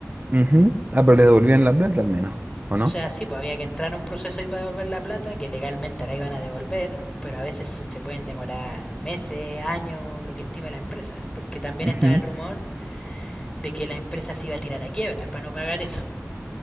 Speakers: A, on the right; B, on the left.
A: Ujú. Ah, pero les devolvían la plata al menos, ¿o no?
B: O sea, sí, pues había que entrar a un proceso ahí para devolver la plata, que legalmente la iban a devolver, pero a veces se se pueden demorar meses, años, lo que estime la empresa. Porque también
A: Ujú.
B: estaba el rumor de que la empresa se iba a tirar a quiebra para no pagar eso.